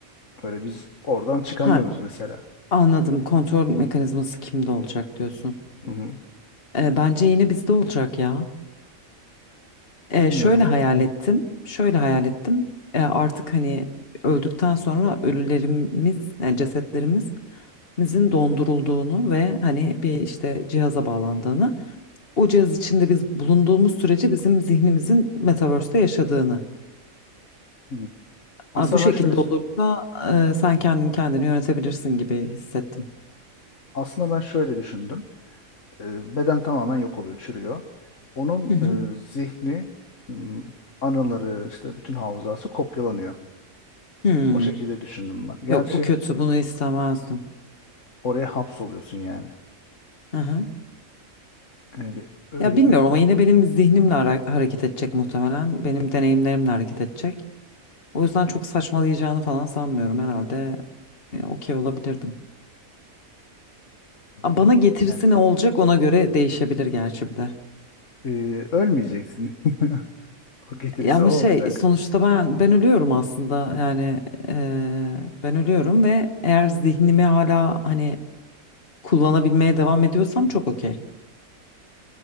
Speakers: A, on the left; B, on the left.
A: Öyle biz oradan çıkamıyoruz
B: Ha,
A: mesela.
B: anladım. Kontrol mekanizması kimde olacak diyorsun.
A: Hı hı.
B: E, bence yine bizde olacak ya. E,
A: Bilmiyorum.
B: şöyle hayal
A: Hani
B: ettim. Şöyle hayal ettim. E, artık hani öldükten sonra ölülerimiz, yani cesetlerimizin dondurulduğunu ve hani bir işte cihaza bağlandığını. o cihaz içinde biz bulunduğumuz sürece bizim zihnimizin metaverse'te yaşadığını.
A: Hı. aslında
B: Aa, Bu şekilde
A: ben şöyle
B: olursa e, sen kendin kendini yönetebilirsin gibi hissettim.
A: aslında ben şöyle düşündüm. E, Beden tamamen yok oluyor, çürüyor. Onun
B: Hı hı.
A: e, zihni, m, anıları, işte bütün hafızası kopyalanıyor.
B: Hmm.
A: O şekilde düşündüm ben. Gerçi
B: Yok bu kötü bunu istemezdim.
A: oraya hapsoluyorsun yani.
B: Hı hı.
A: Öyle, öyle
B: Ya bilmiyorum
A: bir
B: ama yine benim zihnimle hara- hareket edecek muhtemelen. Benim deneyimlerimle hareket edecek. O yüzden çok saçmalayacağını falan sanmıyorum herhalde. e, Okey olabilirdim.
A: Olabilir.
B: Aa, Bana getirisi
A: Yani
B: ne olacak ona göre değişebilir gerçi bir de.
A: e, ölmeyeceksin. <laughs> O getirisi
B: Ya ama
A: o olacak.
B: şey sonuçta ben ben ölüyorum aslında yani eee, ben ölüyorum ve eğer zihnimi hala hani kullanabilmeye devam ediyorsam çok okey.